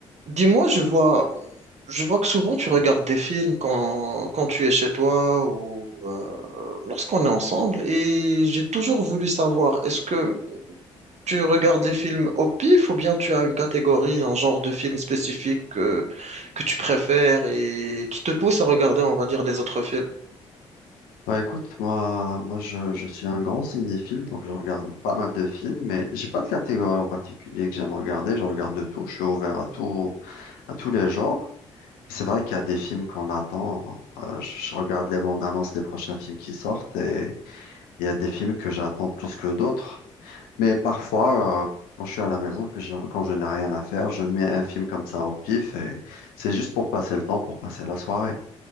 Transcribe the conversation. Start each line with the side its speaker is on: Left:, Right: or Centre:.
Right: Dis-moi, je vois, je vois que souvent tu regardes des films quand, quand tu es chez toi ou euh, lorsqu'on est ensemble et j'ai toujours voulu savoir, est-ce que tu regardes les films au pif ou bien tu as une catégorie, un genre de film spécifique que, que tu préfères et qui te pousse à regarder, on va dire, les autres films?
Left: Bah écoute, moi, moi je, je suis un grand cinéphile, donc je regarde pas mal de films, mais j'ai pas de catégorie en particulier que j'aime regarder, je regarde de tout, je suis ouvert à tout, à tous les genres. C'est vrai qu'il y a des films qu'on attend, euh, je, je regarde les bandes annonces des prochains films qui sortent et il y a des films que j'attends plus que d'autres. Mais parfois, euh, quand je suis à la maison, que j'ai- quand je n'ai rien à faire, je mets un film comme ça au pif et c'est juste pour passer le temps, pour passer la soirée.